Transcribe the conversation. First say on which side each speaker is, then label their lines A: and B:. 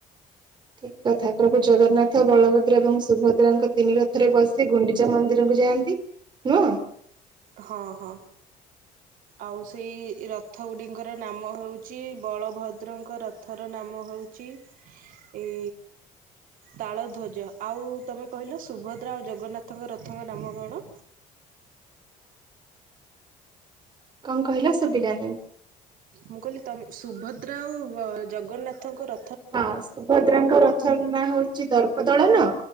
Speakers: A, on the right; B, on the right.
A: ଠିକ କଥା ପ୍ରଭୁ ଜଗନ୍ନାଥ, ବଳଭଦ୍ର ଏବଂ ସୁଭଦ୍ରାଙ୍କ ତିନି ରଥରେ ବସି ଗୁଣ୍ଡିଚା ମନ୍ଦିରକୁ ଯାଆନ୍ତି। ନୂଅଁ
B: ହଁ ହଁ ଆଉ ସେଇ ରଥଗୁଡିଙ୍କର ନାମ ହେଉଛି ବଳଭଦ୍ରଙ୍କ ରଥର ନାମ ହଉ ଛି ଏଇ ତାଳଧ୍ୱଜ ଆଉ ତମେ କହିଲ ସୁଭଦ୍ରା ଆଉ ଜଗନ୍ନାଥଙ୍କ ରଥଙ୍କ ନାମ କଣ?
A: କଣ କହିଲ ଶୁଭିଲାନି?
B: ମୁଁ କହିଲି ତମେ ସୁଭଦ୍ରା ଆଉ ଜଗନ୍ନାଥଙ୍କ ର
A: ହଁ ସୁଭଦ୍ରାଙ୍କ ରଥର ନା ହଉଛି ଉଛି ଦର୍ପଦଳନ